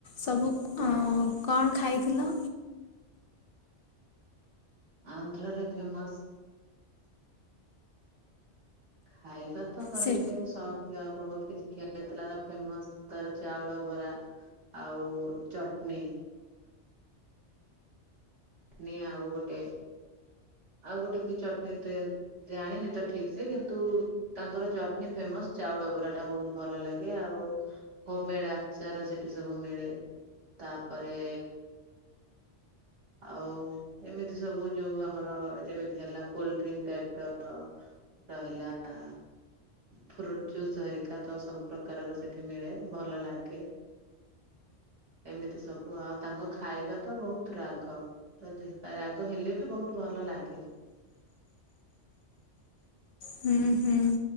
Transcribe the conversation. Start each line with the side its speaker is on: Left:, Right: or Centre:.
Left: ସବୁ କଣ ଖାଇଥିଲ?
Right: ଆନ୍ଧ୍ରାରେ ଫେମସ ଖାଇବା ତ କହିଲେ
Left: ସେ
Right: ସ ବହୁତ କିଛି ଖିଆ ହେଇଥିଲା ତ ଫେମସ ତାର ଚାଉଳ ବରା। ଆଉ ଚଟଣିୀ। ଚଟନୀ ଆଉ ଗୋଟେ ଆଉ ଗୋଟେ ତ ଚଟଣିୀ ଦିଅ ଜାଣିନି ତ ଠିକ ସେ କିନ୍ତୁ ତାଙ୍କର ଚଟନୀ ଫେମସ ଚାଉଳ ବରା ଟା ବହୁତ ଭଲ ଲାଗେ ଆଉ ହୋମ ମେଡ ଆଚାର ସେଠି ସବୁ ମିଳେ ତାପରେ ଆଉ ଏମିତି ସବୁ ଯୋଉ ଆମର ଯେମିତି ହେଲା କୋଲ ଡ୍ରିଙ୍କ ଟାଇପ ର। ରହିଲା। ଫ୍ରୁଟ ଜୁସ୍ ହରିକା ତ ସବୁ ପ୍ରକାରର ସେଠି ମିଳେ ଭଲ ଲାଗେ। ଏମିତି ସବୁ ଆଉ ତାଙ୍କ ଖାଇବା ତ ବହୁତ ରା ତ ରାଗ ହେଲେ ବି ବହୁତ ଭଲ ଲାଗେ।
Left: ହୁଁ ହୁଁ